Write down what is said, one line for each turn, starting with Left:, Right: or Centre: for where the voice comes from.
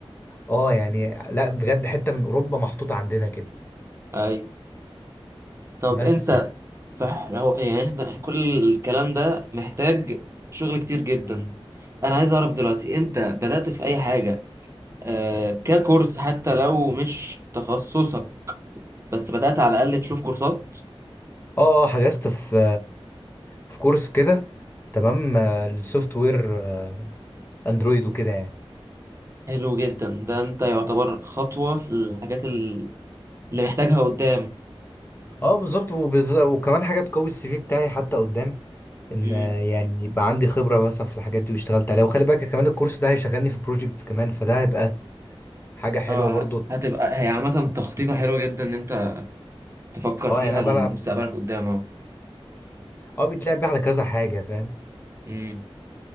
Left: اه يعني لا بجد حته من اوروبا محطوطه عندنا كده
Right: اي طب
Left: بس
Right: انت
Left: يعني.
Right: فلو يعني احنا كل الكلام ده محتاج شغل كتير جدا انا عايز اعرف دلوقتي انت بدأت في اي حاجة آه ككورس حتى لو مش تخصصك بس بدأت على الأقل تشوف كورسات
Left: اه اه حجزت في في كورس كده تمام آه، السوفت وير آه، اندرويد وكده يعني
Right: حلو جدا ده أنت يعتبر خطوة في الحاجات ال- اللي محتاجها قدام
Left: اه بالظبط وبالذات وكمان حاجه تقوي السي في بتاعي حتى قدام ان
Right: مم.
Left: آه، يعني يبقى عندي خبره مثلا في الحاجات دي واشتغلت عليها وخلي بالك كمان الكورس ده هيشغلني في بروجكتس كمان فده هيبقى حاجه حلوه
Right: اه
Left: برضو
Right: هتبقى هي عامة تخطيطة حلوة جدا إن أنت تفكر
Left: اه
Right: فيها
Left: يعني انا
Right: لمستقبلك
Left: بلعب
Right: قدام اه
Left: اه بيتلعب بيه على كذا حاجه فاهم
Right: مم.